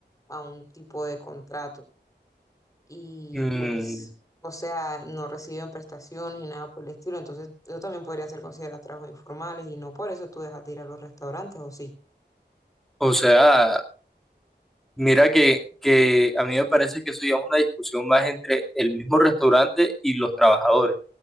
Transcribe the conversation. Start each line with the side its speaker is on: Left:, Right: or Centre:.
Left: a un tipo de contrato y
Centre: Mm,
Left: pues, o sea, no reciben prestaciones ni nada por el estilo. Entonces, eso también podría ser considerado trabajos informales y no por eso tú dejas de ir a los restaurantes, ¿o sí?
Centre: o sea, mira que, que a mí me parece que eso ya es una discusión más entre el mismo restaurante y los trabajadores.